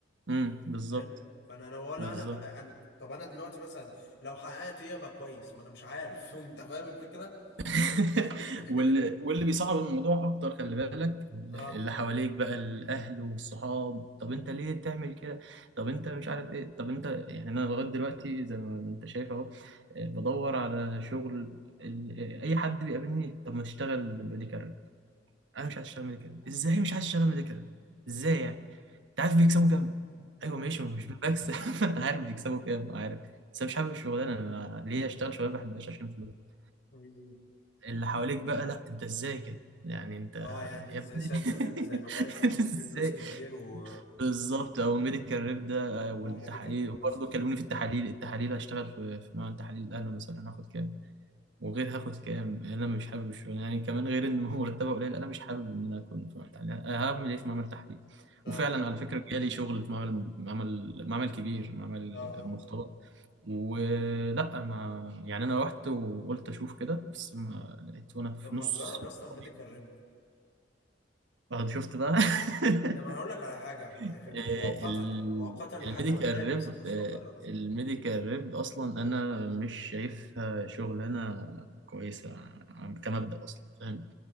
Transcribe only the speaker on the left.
فاهم فانا انا ولا
انا بقى انا طب انا دلوقتي مثلا لو حققت ايه ابقى كويس ما انا مش عارف <laughs> انت فاهم الفكره
<laughs>
اه
مم.
مم.
مم.
مم.
مم.
اه يعني انت
ازاي
سايب
مجال زي مجال التحاليل
فيه فلوس كتير و
او ميديكال ريب
مثلا
اه
اه
اه
طب ما
تجرب يا
اسطى الميديكال ريب
لما انا هقول لك على حاجه م-
في- مؤقتا
مؤقتا لحد
ما تلاقي نفسك
مستقر
اصلا